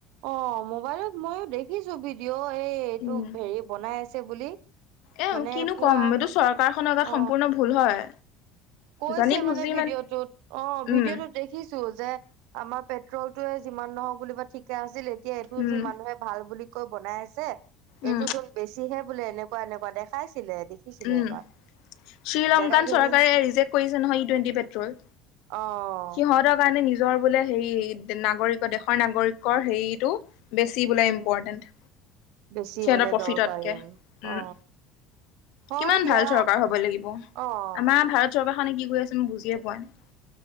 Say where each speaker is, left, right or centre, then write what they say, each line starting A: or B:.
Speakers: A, on the right (about 70°); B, on the left (about 65°).
A: অ' মোবাইলত মইও দেখিছো ভিডিঅ' এই এইটো
B: উম
A: হেৰি বনাই আছে বুলি।
B: এ
A: মানে
B: আও কিনো
A: পুৰা
B: ক'ম এইটো চৰকাৰখনৰ গাত
A: অ
B: সম্পূৰ্ণ ভুল হয়।
A: কৈছে
B: জানি বুজি
A: মানে ভিডিঅ'টোত অঁ ভিডিঅ'টোত
B: উম
A: দেখিছো, যে আমাৰ পেট্ৰল টোয়ে যিমান নহওঁক বুলিবা ঠিকে আছিল, এতিয়া এইটো
B: উম
A: যি মানুহে ভাল বুলি কৈ বনাই আছে,
B: উম
A: এইটো চোন বেছিহে বোলে এনেকোৱা এনেকোৱা দেখাইছিলে দেখিছিলো
B: উম
A: এবাৰ
B: শ্ৰীলংকান
A: জেগা খিনি
B: চৰকাৰে ৰিজেক্ট কৰিছে নহয়, ই টুৱেণ্টি পেট্ৰল।
A: অঁ
B: সিহঁতৰ কাৰণে নিজৰ বোলে হেৰি নাগৰিকৰ দেশৰ নাগৰিকৰ হেইটো বেছি বোলে
A: উম
B: ইম্পৰটেণ্ট,
A: বেছি
B: সিহঁতৰ
A: মানে
B: প্ৰফিটতকে।
A: দৰকাৰী আৰু অ
B: ওম।
A: হয়
B: কিমান
A: দিয়া
B: ভাল চৰকাৰ হ'ব লাগিব,
A: অ
B: আমাৰ ভাৰত চৰকাৰখনে কি কৰি আছে মই বুজিয়ে পোৱা নাই।